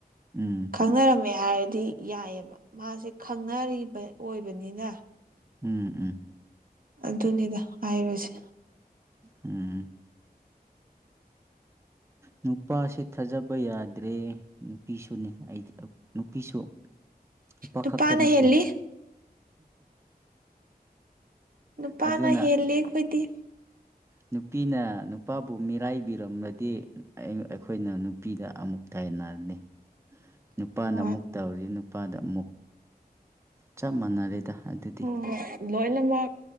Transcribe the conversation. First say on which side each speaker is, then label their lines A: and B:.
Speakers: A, on the right; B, on the right.
A: ꯎꯝ
B: ꯈꯪꯅꯔꯝꯃꯦ ꯍꯥꯏꯔꯗꯤ ꯌꯥꯏꯑꯕ ꯃꯥꯁꯦ ꯈꯪꯅꯔꯤꯕ ꯑꯣꯏꯕꯅꯤꯅ
A: ꯎꯝ ꯎꯝ
B: ꯑꯗꯨꯅꯤꯗ ꯍꯥꯏꯕꯁꯦ
A: ꯎꯝ
B: <inaudible>
A: ꯅꯨꯄꯥꯁꯦ ꯊꯥꯖꯕ ꯌꯥꯗ꯭ꯔꯦ ꯅꯨꯄꯤꯁꯨꯅꯦꯗꯤ ꯅꯨꯄꯤꯁꯨ ꯎꯄꯥꯈꯛꯇ
B: ꯅꯨꯄꯥꯅ
A: ꯅꯠꯇꯦ
B: ꯍꯦꯜꯂꯤ ꯅꯨꯄꯥꯅ
A: ꯑꯗꯨꯅ
B: ꯍꯦꯜꯂꯤ ꯑꯩꯈꯣꯏꯗꯤ
A: ꯅꯨꯄꯤꯅ ꯅꯨꯄꯥꯕꯨ ꯃꯤꯔꯥꯏꯕꯤꯔꯝꯃꯗꯤ ꯑꯩꯈꯣꯏꯅ ꯅꯨꯄꯤꯗ ꯑꯃꯨꯛ ꯊ ꯄꯅꯥꯅꯤ
B: <inaudible>
A: ꯅꯨꯄꯥꯗ
B: ꯍꯣꯏ
A: ꯑꯃꯨꯛ ꯇꯧꯔꯤ ꯅꯨꯄꯥꯗ ꯑꯃꯨꯛ ꯆꯞ ꯃꯥꯟꯅꯔꯦꯗ ꯑꯗꯨꯗꯤ
B: ꯑ ꯂꯣ ꯂꯝꯃ